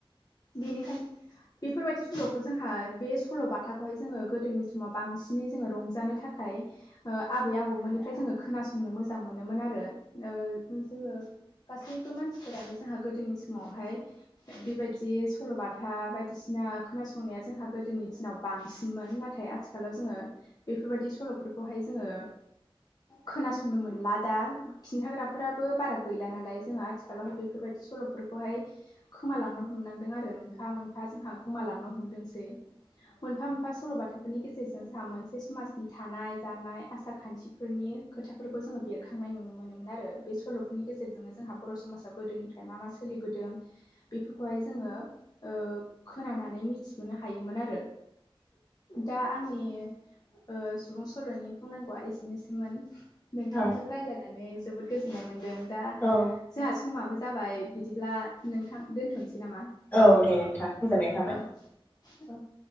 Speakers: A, on the left; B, on the left.
A: बेनिखायनो बेफोरबायदि सलखौ जोंहा बे सलबाथाखौहाय जोङो गोदोनि समाव बांसिनै जोङो रंजानो थाख खाय आबै आबौमोननिफ्राय जोङो खोनासंनो मोजां मोनोमोन आरो ओ जोङो गासैबो मानसिफोरानो जाहा गोदोनि समावहाय बेबायदि सल 'बाथा बायदिसिना हा खोनासंनाया जोंहा गोदोनि दिनाव बांसिनमोन नाथाय आथिखालाव जोङो बेफोरबायदि स सल 'फोरखौहाय जोङो खोनासंनो मोनला दा खिन्थाग्राफोराबो बारा गैला नालाय जोङो आथिखालावहाय बेफोरबायदि सलफोरखौहाय खोमालांनो ह हमनांदों आरो मोनफा मोनफा जोंहा गोमालांनो हमदोंसै मोनफा मोनफा सल'बाथाफोरनि गेजेरजों जोंहा मोनसे समाज थानाय जानाय आसार खान्थिफोरनि खोथाफोरखौ जोङो बेरखांनाय नुनो मोनोमोन आरो बे सल' नि गेजेरनो जोंहा बर समाजाव गोदोनिफ्राय मा मा सोलिबोदों बेफोरखौहाय जोङो ओ खोनानानै मिथिनोबोनो हायोमोन आरो दा आंनि ओ सुबुं सलनि बुंनांगौआ एसेनोसैमोन नोंथांजों
B: औ
A: रायलायनानै जोबोद गोजोननाय मोन्दों दा
B: औ
A: जाहा समाबो जाबाय बिदिब्ला नोंथां दोनथनोसै नामा औ
B: औ दे नोंथां गोजोननाय थाबाय।
A: औ <inaudible>